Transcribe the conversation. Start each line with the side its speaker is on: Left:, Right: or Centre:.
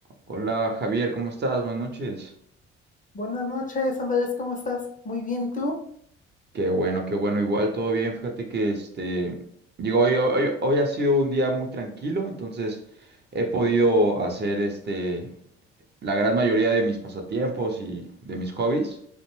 Right: Hola Javier, ¿cómo estás? Buenas noches.
Left: Buenas noches, Andrés, ¿cómo estás? Muy bien, ¿tú?
Right: Qué bueno, qué bueno, igual todo bien. Fíjate que este, digo, hoy, hoy, hoy ha sido un día muy tranquilo, entonces he podido hacer este. la gran mayoría de mis pasatiempos y de mis hobbies.